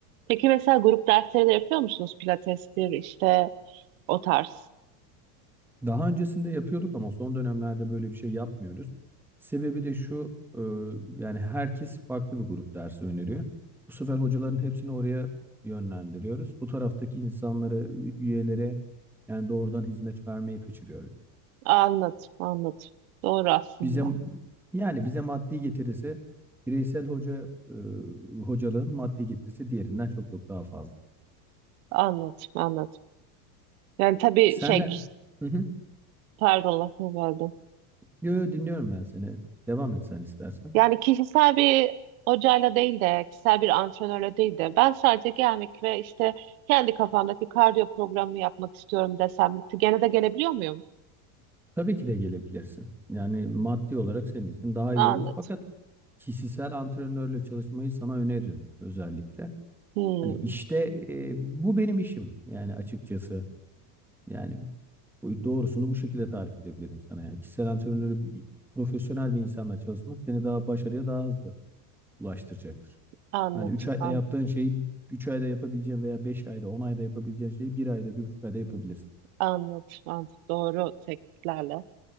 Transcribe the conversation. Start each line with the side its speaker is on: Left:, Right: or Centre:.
Right: Peki mesela grup dersleri de yapıyor musunuz? Pilatestir işte o tarz.
Centre: Daha öncesinde yapıyorduk ama son dönemlerde böyle bir şey yapmıyoruz. Sebebi de şu, e, yani herkes farklı bir grup dersi öneriyor. Bu sefer hocaların hepsini oraya yönlendiriyoruz. Bu taraftaki insanları, üyelere yani doğrudan hizmet vermeyi kaçırıyoruz.
Right: Anladım, anladım. Doğru aslında.
Centre: Bize yani bize maddi getirisi bireysel hoca e, hocalığın maddi getirisi diğerinden çok çok daha fazla.
Right: Anladım, anladım. Yani tabii
Centre: Sen
Right: şey,
Centre: de Hı hı.
Right: pardon lafını böldüm.
Centre: Yo, yo, dinliyorum ben seni. Devam et sen istersen.
Right: Yani kişisel bir hocayla değil de, kişisel bir antrenörle değil de, ben sadece gelmek ve işte kendi kafamdaki kardiyo programını yapmak istiyorum desem, gitti. gene de gelebiliyor muyum?
Centre: Tabii ki de gelebilirsin. Yani maddi olarak senin için daha iyi
Right: Anladım.
Centre: olur. Fakat kişisel antrenörle çalışmayı sana öneririm özellikle.
Right: Hmm,
Centre: Hani işte e, bu benim işim yani açıkçası. Yani bu doğrusunu bu şekilde tarif edebilirim sana. Yani kişisel antrenörle bir- profesyonel bir insanla çalışmak seni daha başarıya daha hızlı ulaştıracaktır.
Right: anladım,
Centre: Hani 3 ayda
Right: anladım,
Centre: yaptığın şeyi 3 ayda yapabileceğin veya 5 ayda 10 ayda yapabileceğin şeyi bir ayda bir buçuk ayda yapabilirsin.
Right: anladım, anladım. Doğru tekniklerle,